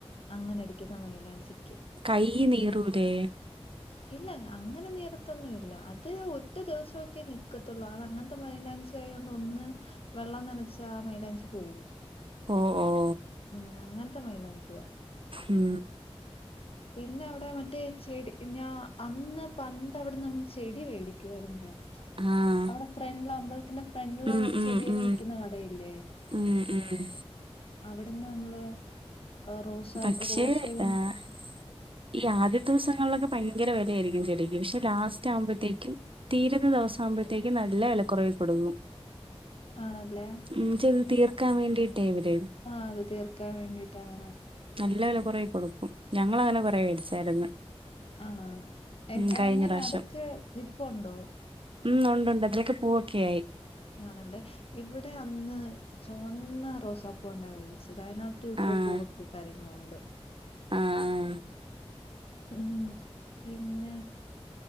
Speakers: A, on the left (about 60°); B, on the right (about 55°).
A: അങ്ങനെ അടിക്കുന്ന മൈലാഞ്ചിക്ക്
B: കയ്യ് നീറൂലേ
A: <inaudible> ഇല്ല അങ്ങനെ നീറത്തൊന്നു ഇല്ല അത് ഒറ്റ ദിവസൊക്കെ നിക്കത്താെള്ളൂ അത് അങ്ങൻത്തെ മൈലാഞ്ചി ഞ്ചായോണ്ട് ഒന്ന് വെള്ളം നനച്ചാ ആ മൈലാഞ്ചി പോവും
B: ഓഹ്ഓഹ്
A: ഉം അങ്ങൻത്തെ മൈലാഞ്ചിയാ
B: ഉം
A: പിന്നെ അവടെ മറ്റേ ചെടി ഞാ അന്ന് പണ്ടവട്ന്ന് നമ്മള് ചെടി വേടിക്കുവേയ്ര്ന്നു
B: ആഹ്
A: അവ്ടെ ഫ്രണ്ട്ലാബ്ൾ ത്തിന്റെ ഫ്രണ്ട്ല്
B: ഉം ഉം
A: ചെടികള്
B: ഉം
A: വിക്ക്ന്ന കടയില്ലേ
B: ഉം ഉം
A: അവടന്ന് നമ്മള് റോസ
B: പക്ഷേ
A: റോസയും
B: ആഹ് ഈ ആദ്യത്ത ദൂസങ്ങളിലൊക്കെ ഭയങ്കര വെലആയിരിക്കും ചെടിക്ക് പക്ഷെ ലാസ്റ്റ് ആകുമ്പോഴത്തേക്കും തീരുന്ന ദെവസം ആകുമ്പോഴത്തേക്കും നല്ല വെലക്കാെറവിൽ കൊടുക്കും
A: ആണല്ലേ
B: ഉം ചെയ്ത് തീർക്കാൻ വേണ്ടിയിട്ട് ഇവരെ
A: ആഹ് അത് തീർക്കാൻ വേണ്ടിട്ടാങ്ങനെ
B: നല്ല വെലകൊറവികൊടുക്കും ഞങ്ങള് അങ്ങനെ കൊറെ മേടിച്ചായിരുന്നു
A: ആഹ് എ
B: ഉം കഴിഞ്ഞ
A: എങ്ങനെ
B: പ്രാവശ്യം
A: അതൊക്കെ നിപ്പുണ്ടോ
B: ഉം ഉണ്ട് ഉണ്ട് അതിലൊക്കെ പൂവൊക്കെ ആയി
A: ആണല്ലേ ഇവിടെ അന്ന് ചാെവന്ന റോസാപ്പൂ ഉണ്ടാവേ ച്ചത് അയിനകത്ത് ഇപ്പൊ
B: ആഹ്
A: പൂവും കാര്യങ്ങളുണ്ട്
B: ആഹ് ആഹ്
A: ഉം പിന്നെ